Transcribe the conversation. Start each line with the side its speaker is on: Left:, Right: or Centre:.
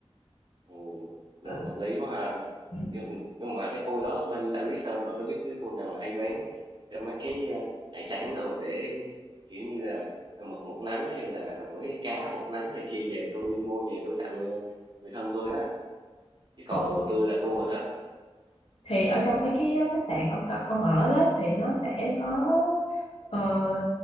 Right: Ồ,
Left: ờ
Right: được hợp lý quá ha
Left: ừ.
Right: nhưng, nhưng mà cái khu đó bên đảo Lý Sơn bà có biết cái khu nào mà hay bán ờ, mấy cái ờ, hải sản rồi để kiểu như là mực một nắng hay là mấy cái cá một nắng này kia về tôi mua về tôi tặng ờ, người thân tôi á chứ còn
Left: Ờ,
Right: đồ tươi là thua rồi đó
Left: thì ở trong mấy cái khách sạn ông cọ- ông ở đó thì nó sẽ có ờ,